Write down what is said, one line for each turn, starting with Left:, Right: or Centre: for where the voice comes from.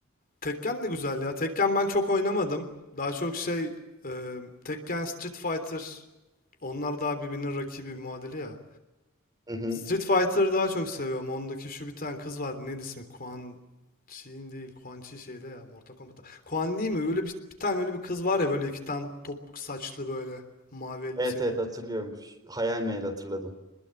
Left: Tekken de güzel ya. Tekken ben çok oynamadım. Daha çok şey e, Tekken Street Fighter onlar daha birbirinin rakibi muadili ya.
Right: Hı hı.
Left: Street Fighter'ı daha çok seviyorum. Ondaki şu bir tane kız vardı. Neydi ismi? Kuan Chi'in değil. Kuan Chi şeyde ya. Mortal Kombat'ta. Kuan Li mi? Öyle bir, bir tane öyle bir kız var ya böyle iki tane topuk saçlı böyle mavi elbiseli.
Right: Evet evet hatırlıyorum. Ş- Hayal meyal hatırladım.